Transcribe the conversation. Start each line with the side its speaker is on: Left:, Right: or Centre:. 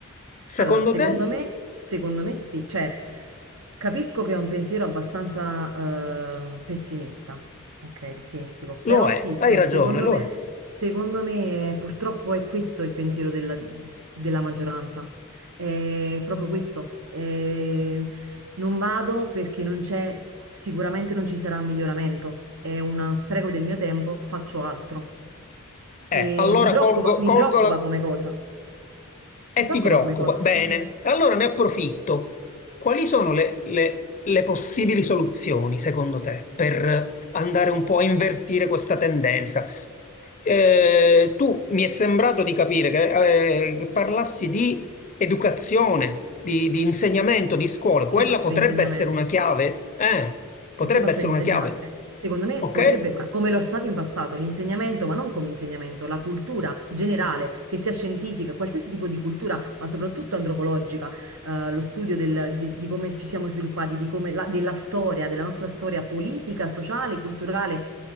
Left: Secondo
Right: Allora, secondo
Left: te?
Right: me, secondo me sì, cioè capisco che è un pensiero abbastanza ehm, pessimista, ok, pessimistico, però
Left: Lo è,
Right: sì,
Left: hai
Right: se-
Left: ragione,
Right: secondo
Left: lo
Right: me,
Left: è.
Right: secondo me purtroppo è questo il pensiero della, della maggioranza, è proprio questo, è- non vado perché non c'è, sicuramente non ci sarà miglioramento, è uno spreco del mio tempo, faccio altro e
Left: Eh, allora
Right: mi preoccupa,
Left: colgo,
Right: mi
Left: colgo
Right: preoccupa
Left: la...
Right: come cosa,
Left: e
Right: mi preoccupa
Left: ti preoccupa.
Right: come cosa.
Left: Bene,
Right: eh, eh, sì.
Left: allora ne approfitto. Quali sono le, le- le possibili soluzioni, secondo te, per andare un po' a invertire questa tendenza? Eh, tu mi è sembrato di capire che, eh, che parlassi di educazione, di, di insegnamento, di scuole.
Right: Perché
Left: Quella
Right: io faccio
Left: potrebbe
Right: l'insegnamento?
Left: essere una chiave? Eh, potrebbe
Right: Perché io faccio
Left: essere
Right: l'insegnante?
Left: una chiave,
Right: Secondo me
Left: ok?
Right: potrebbe, ma come lo è stato in passato, l'insegnamento, ma non come insegnamento, la cultura generale, che sia scientifica, qualsiasi tipo di cultura, ma soprattutto antropologica, eh, lo studio del- di, di come ci siamo sviluppati, di come la- della storia, della nostra storia politica, sociale, culturale,